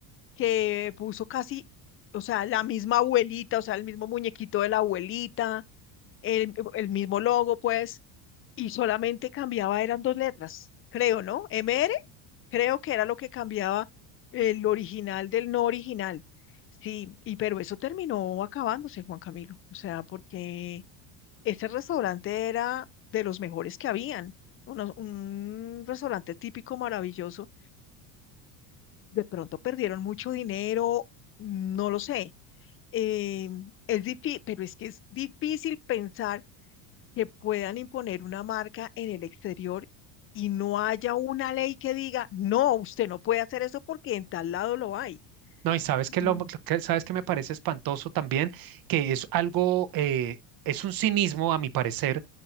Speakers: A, on the left; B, on the right.
A: que puso casi, o sea, la misma abuelita, o sea, el mismo muñequito de la abuelita, el, el mismo logo, pues y solamente cambiaba, eran dos letras, creo, ¿no? M R creo que era lo que cambiaba el original del no original. Sí, y pero eso terminó acabándose, Juan Camilo, o sea, porque ese restaurante era de los mejores que habían, unos- un restaurante típico maravilloso, de pronto perdieron mucho dinero, no lo sé. eh, es difí- pero es que es difícil pensar que puedan imponer una marca en el exterior y no haya una ley que diga, no, usted no puede hacer eso porque en tal lado lo hay.
B: No, y sabes
A: Mm.
B: que lo, que- sabes que me parece espantoso también, que es algo, eh, es un cinismo a mi parecer,